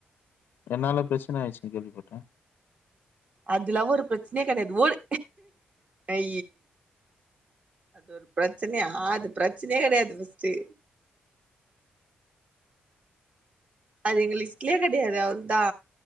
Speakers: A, on the left (about 85°); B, on the right (about 40°).
A: என்னால பிரச்சன ஆயிச்சுனு கேள்விப்பட்டே
B: அதுலா ஒரு பிரச்சனயே கெடயாது ஓடு ஐ அது ஒரு பிரச்சனையா அது பிரச்சனையே கிடயாது ஃபஸ்ட்டு அது எங்க லிஸ்ட்லயே கெடையாது அவுல்தா